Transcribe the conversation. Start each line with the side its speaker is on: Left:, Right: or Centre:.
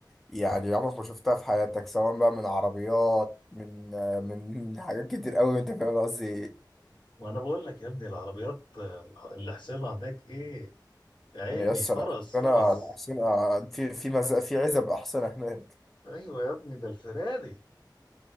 Centre: يعني عمرك ما شفتها في حياتك سواء بقى من عربيات من آه، من حاجات كتير قوي انت فاهم أنا قصدي ايه
Left: ما انا بقول لك يا ابني العربيات آه، اللي حسينها هناك ايه يا عيني
Centre: يس
Left: فرس
Centre: لا انا
Left: فرس
Centre: الاحصنه في في مز... في عزب احصنه هناك
Left: ايوه يا ابني ده الفراري